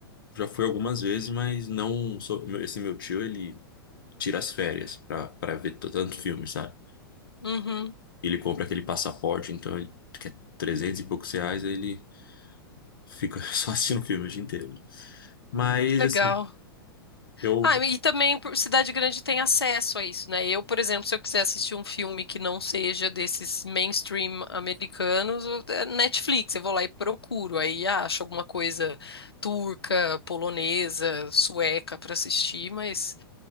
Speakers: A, on the left (about 60°); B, on the left (about 85°).
A: já fui algumas vezes, mas não sou, meu- esse meu tio, ele tira as férias pra, pra ver t- tanto filme, sabe?
B: Uhum,
A: ele compra aquele passaporte, então ele quer 300 e poucos reais, aí ele fica <laughs> só assistindo filme o dia inteiro. Uhum. Mas,
B: legal.
A: assim, eu.
B: Ah, e também por cidade grande tem acesso a isso, né? Eu, por exemplo, se eu quiser assistir um filme que não seja desses mainstream americanos, eu- é Netflix, eu vou lá e procuro, aí acho alguma coisa turca, polonesa, sueca para assistir, mas